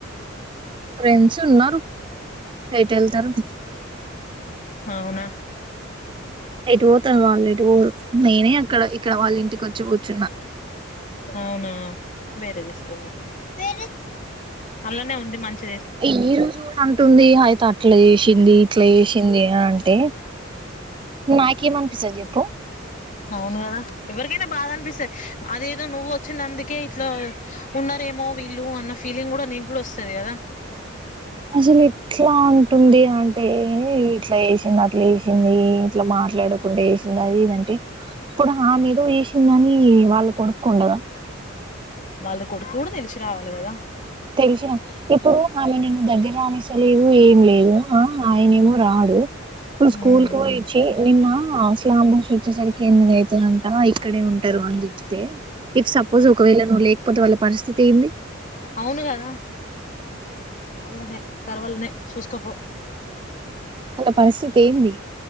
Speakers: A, on the right; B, on the left.
A: ఫ్రెండ్స్ ఉన్నారు నైట్ వెళ్తారు
B: అవునా
A: ఎటు పోతారు వాళ్లు ఎటు పోరు నేనే అక్కడ ఇక్కడవాళ్ల ఇంటికి వచ్చి కూర్చున్నా
B: అవునా వేరే తీసుకో పో అల్లానే ఉంది మంచి
A: ఈ రోజు కూడా అంటుంది అయితే ఇట్లా చేసింది ఇట్లా చేసింది అంటే నాకు ఏమనిపిస్తది చెప్పు ప్పు
B: అవును కదా ఎవరికైనా బాద అని పిస్తుంది అదేదో నువ్వు వచ్చినందుకే ఇట్లా ఉన్నారేమో వీళ్లు అన్న ఫీలింగ్ కూడా నీకు కూడా వస్తది కదా
A: అసలు ఎట్లా అంటుంది అంటే ఇట్లా చేసింది అట్లా చేసింది ఇట్లా మాట్లాడకుండా చేసింది అది ఇదంటే ఇప్పుడు ఆమేదో చేసిందని వాళ్ళ కొడుకు ఉండదా
B: వాళ్ల కొడుకు కూడా తెలిసి రావాలి కదా
A: తెలిసిన ఇప్పుడు ఆమె నిన్ను దగ్గర రానిస్త లేదు ఏం లేదు అ ఆయన ఏమో రాడు ఇప్పుడు స్కూల్
B: ఉమ్
A: కి పోయిచ్చి నిన్న ఆ స్లాంబ్ బోష్ వచ్చేసరికి ఎనిమిది అయితదంట ఇక్కడే ఉంటారు అని చెప్తే ఇఫ్ సపోజు ఒకవేళ నువ్ లే పోతే వాల పరిస్థితి ఏంది
B: అవ్ ను కదా అల్లనే సర్వల్ నే చూస్ కోపో
A: అలా పరిస్థితి ఏంది